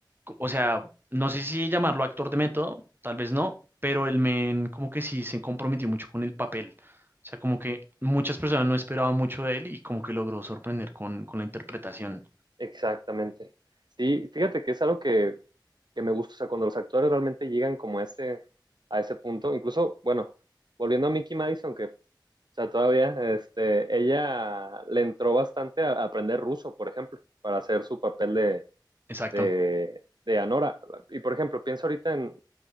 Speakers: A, on the right; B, on the right.
A: o sea, no sé si llamarlo actor de método, tal vez no, pero el men como que sí se comprometió mucho con el papel. O sea, como que muchas personas no esperaban mucho de él y como que logró sorprender con, con la interpretación.
B: Exactamente. Sí, fíjate que es algo que, que me gusta, o sea, cuando los actores realmente llegan como a ese, a ese punto, incluso, bueno, volviendo a Mickey Madison, que, o sea, todavía, este, ella le entró bastante a, a aprender ruso, por ejemplo, para hacer su papel de,
A: Exacto.
B: de, de Anora. Y, por ejemplo, pienso ahorita en,